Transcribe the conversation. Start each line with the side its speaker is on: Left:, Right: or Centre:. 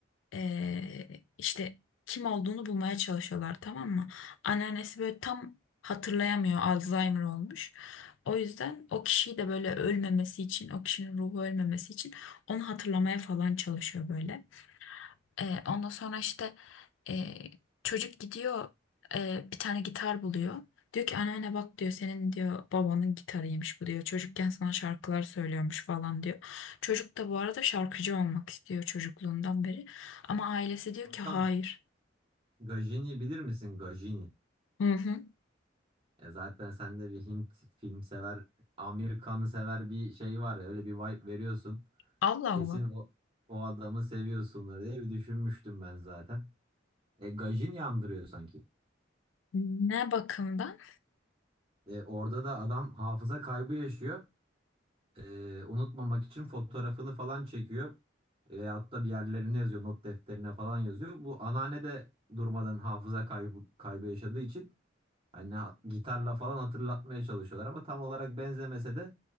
Left: eee, işte kim olduğunu bulmaya çalışıyorlar tamam mı? Anneannesi böyle tam hatırlayamıyor. Alzheimer olmuş. O yüzden o kişiyi de böyle ölmemesi için, o kişinin ruhu ölmemesi için onu hatırlamaya falan çalışıyor böyle. E, ondan sonra işte e, çocuk gidiyor e, bir tane gitar buluyor. Diyor ki anneanne bak diyor senin diyor babanın gitarıymış bu diyor. Çocukken sana şarkılar söylüyormuş falan diyor. Çocuk da bu arada şarkıcı olmak istiyor çocukluğundan beri. Ama ailesi diyor ki hayır.
Right: Kankam Gajini bilir misin? Gajini.
Left: Hı hı.
Right: E zaten sende bir Hint film sever, Amerikan sever bir şey var ya. Öyle bir vibe veriyorsun.
Left: Allah
Right: Kesin
Left: Allah.
Right: o, o adamı seviyorsundur diye bir düşünmüştüm ben zaten. E Gajini andırıyor sanki.
Left: Ne bakımdan?
Right: E, orada da adam hafıza kaybı yaşıyor. E, unutmamak için fotoğrafını falan çekiyor. E, veyahut da bir yerlerine yazıyor, not defterine falan yazıyor. Bu anneanne de durmadan hafıza kaybı, kaybı yaşadığı için hani ha- gitarla falan hatırlatmaya çalışıyorlar ama tam olarak benzemese de